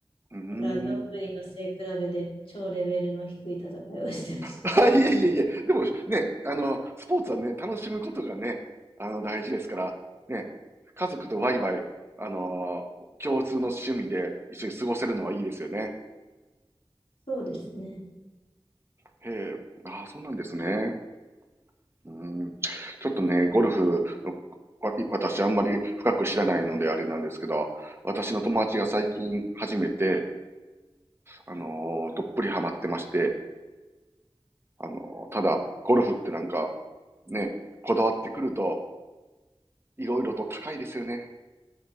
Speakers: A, on the right; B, on the left.
A: ー
B: だから、どんぐりの背比べで超レベルの低い戦いをしてまし
A: ん。<laughs> あ、いえいえいえ。でもね、あの、スポーツはね、楽しむことがね、あの、大事ですから、ね、家族とワイワイ、
B: た。あ、
A: あの、共通の趣味で一緒に過ごせるのはいいですよね。
B: そうですね。
A: へえ、ああ、そうなんですね。うん。ちょっとね、ゴルフの、わ私あんまり深く知らないのであれなんですけど、私の友達が最近初めて、あのーどっぷりハマってまして、あのーただ、ゴルフってなんか、ね、こだわってくると、いろいろと高いですよね。